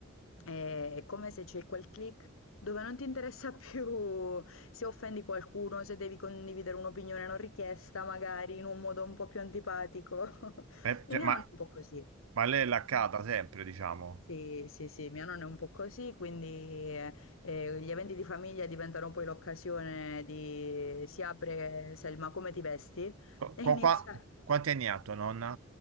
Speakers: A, on the left; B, on the right.
A: è è come se c'è quel click dove non ti interessa <laughs> più se offendi qualcuno, se devi condividere un'opinione non richiesta, magari in un modo un po' più antipatico. <laughs>
B: Eh,
A: E
B: cioè,
A: mia
B: ma,
A: nonna è un po' così.
B: ma lei è laccata
A: Mm.
B: sempre, diciamo.
A: Sì, sì, sì, mia nonna è un po' così, quindi eh, eh, gli eventi di famiglia diventano poi l'occasione di si apre Selma, come ti vesti? <laughs>
B: Qua,
A: E
B: qua-
A: inizia.
B: qua- quanti anni ha tua nonna?